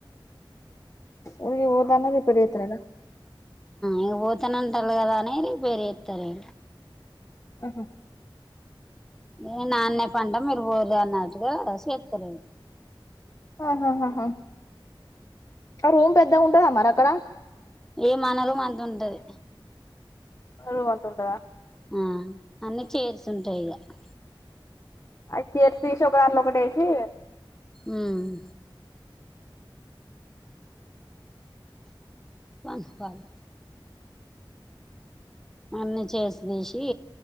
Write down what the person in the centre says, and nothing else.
ఇంక పోతనంటారు కదా అని రిపేరు చేస్తారుే
ఏ నాన్న్య పడుగ మీరు పోరు అన్నట్టుగా చేస్తారు
ఏ మన రూమ్ అంత ఉంటది
ఆ అన్న చేర్స్తుంటాయి ఇక
ఉమ్ పంపాల అన్నిీ చైర్స్ తీసి